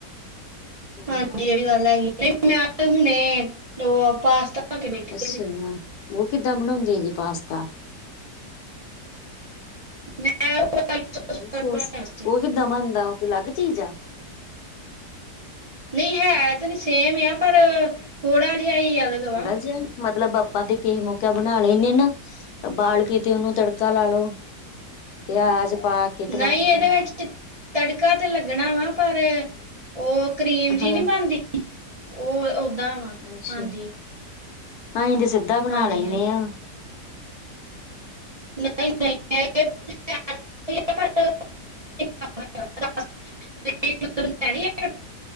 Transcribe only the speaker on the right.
ਹਾਂਜੀ ਇਹ ਵੀ ਗੱਲ ਹੈਗੀ ਨਹੀ ਮੈਂ ਤਾਂ ਹੁਣੇ ਉਹ ਪਾਸਤਾ, ਖਾ ਕੇ ਬੈਠੇ
ਸੀ।
ਮੈਂ ਉਹ
ਵਾਲਾ ਬਣਾਇਆ ਸੀ
ਨਹੀਂ ਹੈ ਤੇ ਸੇਮ ਆ ਪਰ ਥੋੜਾ ਜਿਹਾ ਈ ਅਲਗ
ਵਾ।
ਨਹੀਂ ਇਹਦੇ
ਵਿੱਚ ਤੜਕਾ ਤੇ ਲੱਗਣਾ ਵਾ ਪਰ ਉਹ ਕਰੀਮ ਜਿ
ਨਹੀਂ ਬਣਦੀ ਉਹ, ਓਦਾਂ ਵਾ
ਹਾਂਜੀ।
ਹਾਂਜੀ
ਹਾਂਜੀ
<unintelligible> <inaudible>